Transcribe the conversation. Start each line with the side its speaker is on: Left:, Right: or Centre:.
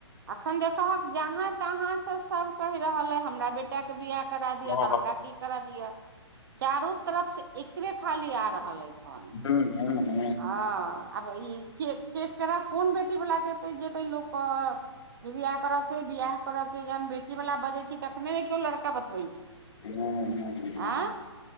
Right: अखन देखबक जहाँ तहाँसे सभ कहि रहल अइ हमरा बेटी। बेटाके बिआह करा
Left: छै
Right: दिअ तऽ हमरा की करा दिअ चारु तरफ एकरे खाली आबि रहल अछि।
Left: ह, ह।
Right: हँ अब ई केक केकरा के कोन बेटी वालला के एतै जेते लोकके बिआह करय के बिआह थोडा के जहन बेटी वला बजै छै, तखने ने केओ लड़का बतबै छै,
Left: हँ हँ
Right: आय